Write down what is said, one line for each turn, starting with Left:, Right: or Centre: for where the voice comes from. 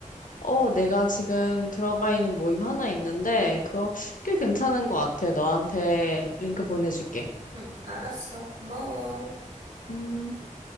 Left: 어, 내가 지금 들어가 있는 모임 하나 있는데, 그거 꽤 괜찮은 것 같아. 너한테 링크 보내줄게.
Right: 응, 알았어. 고마워.
Left: 음